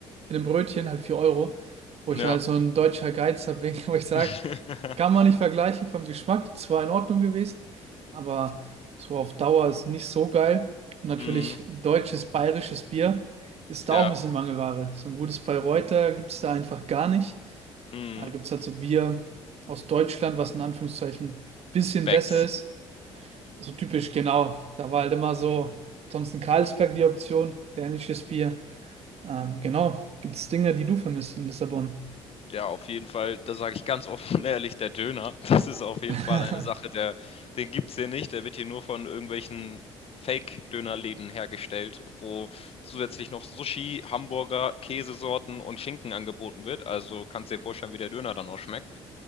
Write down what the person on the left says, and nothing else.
ja.
<laughs>
mm.
Ja,
mhm.
Becks.
Ja, auf jeden Fall, da sage ich ganz <laughs> offen und ehrlich, der Döner, <laughs> das ist auf jeden
Fall eine Sache, der, den gibt es hier nicht. Der wird hier nur von irgendwelchen Fake-Dönerläden hergestellt, wo zusätzlich noch Sushi, Hamburger, Käsesorten und Schinken angeboten wird. Also kannst dir vorstellen, wie der Döner dann auch schmeckt.